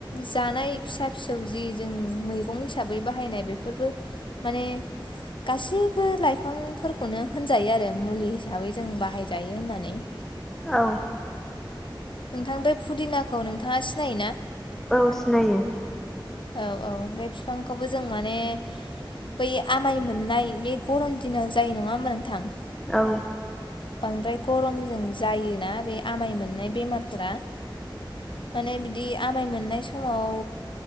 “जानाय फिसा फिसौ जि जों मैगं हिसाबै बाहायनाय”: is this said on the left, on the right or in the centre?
Left